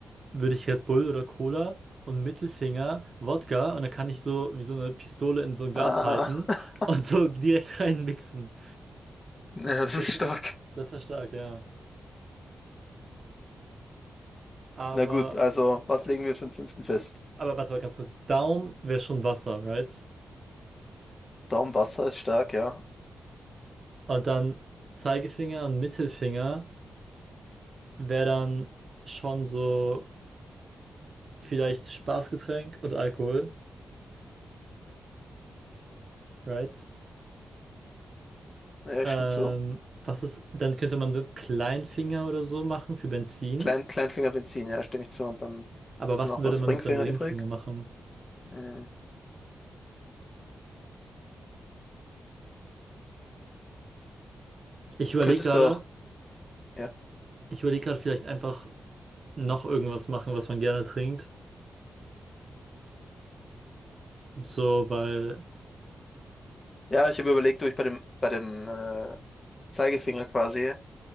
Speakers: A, on the right; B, on the left.
A: würde ich Red Bull oder Cola und Mittelfinger Wodka und dann kann ich so wie so eine Pistole in so ein Glas
B: Ah.
A: halten
B: <laughs>
A: und so direkt <laughs> reinmixen.
B: Ja,
A: Das
B: das ist
A: wäre schon,
B: stark.
A: das wäre stark, ja. Aber,
B: Na gut, also was legen wir für den fünften fest?
A: aber warte mal ganz kurz. Daumen wäre schon Wasser, right?
B: Daumen Wasser ist stark, ja.
A: Und dann Zeigefinger und Mittelfinger wäre dann schon so vielleicht Spaßgetränk und Alkohol, right?
B: Ja,
A: Ähm,
B: stimmt zu.
A: was ist, dann könnte man so Kleinfinger oder so machen für Benzin.
B: Klein, Kleinfinger Benzin, ja, stimme ich zu. Und dann
A: Aber
B: hast
A: was
B: du noch
A: würde
B: was
A: man
B: Ringfinger
A: mit seinem Ringfinger
B: übrig.
A: machen?
B: Hm.
A: Ich
B: Du
A: überlege
B: könntest
A: gerade,
B: auch. ja.
A: ich überlege gerade vielleicht einfach noch irgendwas machen, was man gerne trinkt. So, weil,
B: Ja, ich habe überlegt, ob ich bei dem, bei dem äh, Zeigefinger quasi